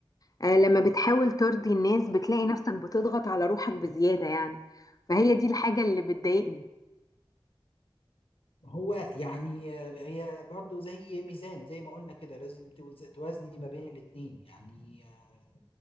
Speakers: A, on the left (about 40°); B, on the left (about 75°).
A: آه، لما بتحاول ترضي الناس بتلاقي نفسك بتضغط على روحك بزيادة يعني فهي دي الحاجة اللي بتضايقني
B: هو يعني هي برضه زي ميزان زي ما قلنا كده لازم توز- توازني ما بين الاتنين يعني آه،